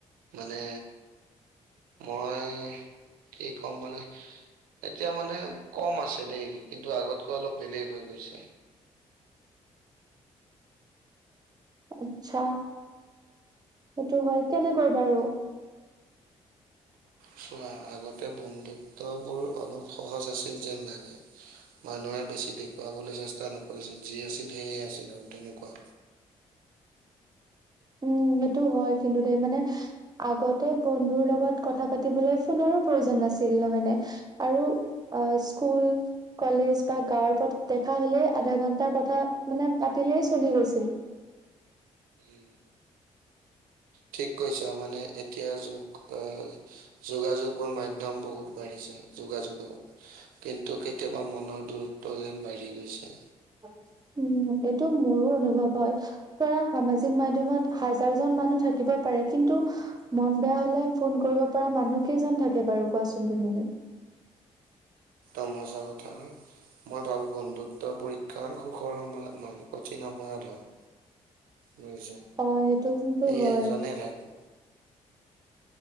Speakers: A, on the right; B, on the right.
A: মানে মই কি কম মানে এতিয়া মানে কম আছে দেই। কিন্তু আগতকৈ অলপ বেলেগ হৈ গৈছে।
B: আচ্ছা, সেইটো হয়। কেনেকৈ বাৰু।
A: চোৱা আগতে বন্ধুত্ব বোৰ অলপ সহজ আছিল যেন লাগে। মানুহে বেছি দেখুৱাবলৈ চেষ্টা নকৰিছিল, যি আছিল সেয় আছিল আৰু তেনেকুৱা।
B: উম' সেইটো হয় কিন্তু দে মানে। আগতে বন্ধুৰ লগত কথা পাতিবলৈ ফোনৰো প্ৰয়োজন নাছিল। নহয় নে? আৰু স্কুল, কলেজ বা গাঁৱৰ পৰা দেখা হলেই আধা ঘন্টা কথা মানে, পাতিলেই চলি গৈছিল।
A: বি, ঠিক কৈছা মানে এতিয়া যু অ,। যোগাযোগৰ মাধ্যম বহুত বাঢ়িছে, যোগাযোগৰ। কিন্তু কেতিয়াবা মনৰ দূৰত্ব যেন বাঢ়ি গৈছে।
B: উম, এইটো মোৰো অনুভৱ হয়। পৰা সামাজিক মাধ্য়মত হাজাৰ জন মানুহ থাকিব পাৰে। কিন্তু। মন বেয়া হলে ফোন কৰিব পৰা মানুহ কেইজন থাকে বাৰু কোৱাচোন তুমি?
A: তমোচা কথা হয়। মই ভাবো বন্ধুত্বৰ পৰীক্ষা সুখৰ সময়ত নহয়, কঠিন সময়ত হয়। বুজিছা?
B: অ সেইটো কিন্তু
A: এই
B: হয়
A: এজনে থাকো।